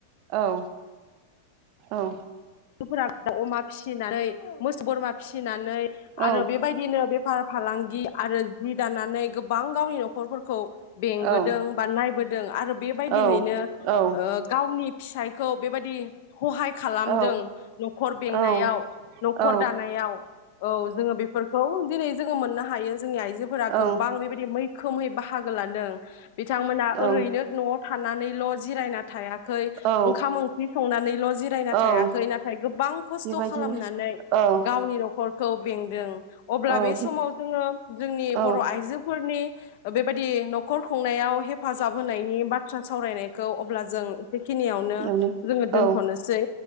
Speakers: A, on the right; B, on the left.
A: औ औ
B: मफोरा अमा फिसिनानै मोसौ बोरमा फि नानै
A: औ
B: आरो बेबायदिनो बेफार फालांगि आरो जि दानानै गोबां गावनि नखरफोरखौ बेंबोदों
A: औ
B: बा नायबो जों आरो बेबायदिहैनो
A: औ औ
B: ओ गावनि फिसायखौ बेबायदि सहाय खालामदों।
A: औ
B: न'खर बेंनायाव
A: औ
B: न'खर
A: औ
B: दानायाव औ जोंङो बेफोरखौ दिनै जोङो मोननो हायो जोंनि आइजोफोरा
A: औ
B: गोबां बेबायदि मै खोमहै बाहा लोगो लादों बिथांमोना
A: औ
B: ओरैनो न' थानानैल' जिरायना थाया
A: औ
B: ओंखाम ओंख्रि संनानैल' जिरायना
A: औ
B: थायाखै नथाय नाथाय गोबां खस्थ'
A: बेबायदिनो
B: खालामनानै
A: औ
B: गावनि न'ख फोरखौ बेंदों अब्ला
A: औ
B: बे समाव जोंङो जोंनि
A: औ
B: बर' आइजोफोरनि बेबायदि न'खर खुंनायाव हेफाजाब होनायनि बाथ्रा सावरायनायखौ अब्ला जों एसेखिनियावनो
A: बेयावनो
B: जोङो दोनथ'नोसै।
A: औ